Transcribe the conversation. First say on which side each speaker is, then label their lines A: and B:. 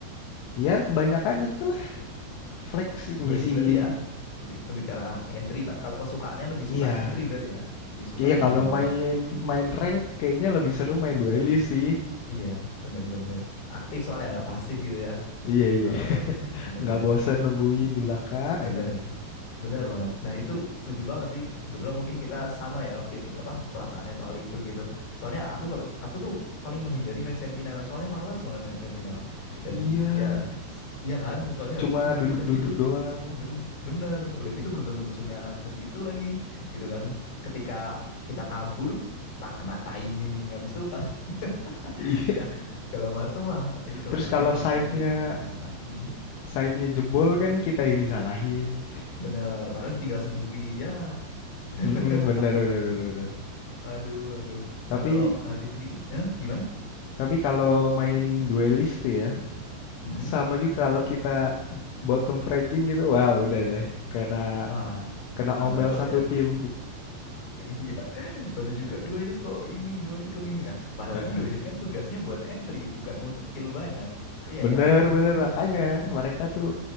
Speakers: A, on the left (about 80°); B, on the left (about 60°).
A: Ya kebanyakan itulah flex ngisi.
B: Duelist berarti ya, lebih, lebih ke arah entry. Tapi kalau kesukaannya lebih suka
A: Iya.
B: entry berarti ya, lebih suka
A: Iya
B: menegangkan.
A: kalau main main rank kayaknya lebih seru main duelist sih.
B: Iya, bener-bener aktif soalnya nggak pasif gitu ya.
A: Iya iya.
B: Heeh,
A: iya. <laughs>
B: bener-bener.
A: Nggak bosen nungguin di belakang
B: Bener,
A: aja.
B: bener banget. Nah itu setuju banget sih. Kebetulan mungkin kita sama ya feeling apa perasaannya soal itu gitu. Soalnya aku kalau aku tuh paling menghindari main Sentinel. Soalnya males banget main Sentinel. Dan
A: Iya,
B: ya, ya kan. Soalnya
A: cuma
B: harus nunggu.
A: duduk-duduk
B: Udah gitu,
A: doang.
B: ben bener. Udah gitu belum tentu musuhnya ke situ lagi, gitu kan. Ketika kita kabur, tak kena timing. Habis itu kalau
A: <laughs>
B: <laughs>
A: Iya.
B: ya segala macam lah itulah.
A: Terus kalau
B: Jadi memang
A: side-nya
B: paling sering main Risk lah. Mm-mm.
A: side-nya jebol kan kita yang disalahin.
B: Bener. Padahal ditinggal sendiri ya. <laughs>
A: Mhm, benar benar benar benar.
B: Aduh, aduh.
A: Tapi
B: Nah, kalau Harvey sendiri, eh, gimana?
A: tapi kalau main duelist tuh ya,
B: Mm-mm.
A: sama juga kalau kita bottom fragging gitu, wow, udah deh kena
B: Wah,
A: kena
B: kena
A: omel
B: bacot
A: satu
B: ya. <laughs>
A: tim.
B: Iya, bener juga. Duelis kok ini, duelis kok ini. Nah, padahal
A: <laughs>
B: kan duelis kan tugasnya buat entry, bukan untuk kill banyak. Iya
A: Bener
B: kan?
A: bener makanya
B: <laughs>
A: mereka tuh